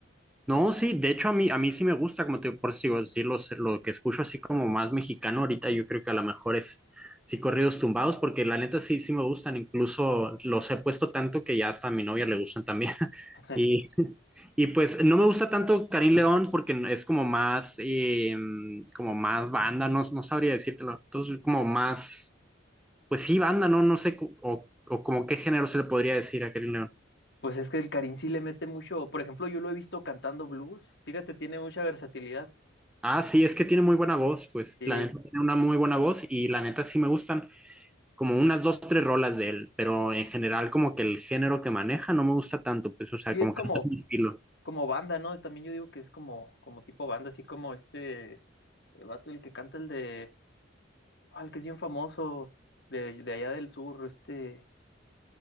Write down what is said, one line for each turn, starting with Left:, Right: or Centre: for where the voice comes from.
Centre: No, sí, de hecho a mí, a mí sí me gusta, como te por eso digo, decir los- lo que escucho así como más mexicano ahorita, yo creo que a lo mejor es sí corridos tumbados, porque la neta sí, sí me gustan, incluso los he puesto tanto que ya hasta a mi novia le gustan también. <laughs>
Left: <laughs>
Centre: Y, y pues no me gusta tanto Karim León porque es como más, eh, como más banda, no, no sabría decírtelo, entonces como más, pues sí, banda, no, no sé, cu- o, o como qué género se le podría decir a Karim
Left: Pues es que el Karin sí le mete mucho. Por ejemplo, yo lo he visto cantando blues. Fíjate, tiene mucha versatilidad.
Centre: Ah, sí, es que tiene muy buena voz, pues
Left: Sí.
Centre: la neta tiene una muy buena voz y la neta sí me gustan como unas dos, tres rolas de él, pero en general como que el género que maneja no me gusta tanto, pues o sea,
Left: Y
Centre: como
Left: es como,
Centre: que no es mi estilo.
Left: como banda, ¿no? También yo digo que es como, como tipo banda, así como este el vato, el que canta el de. Ah, el que es bien famoso de, de allá del sur, este.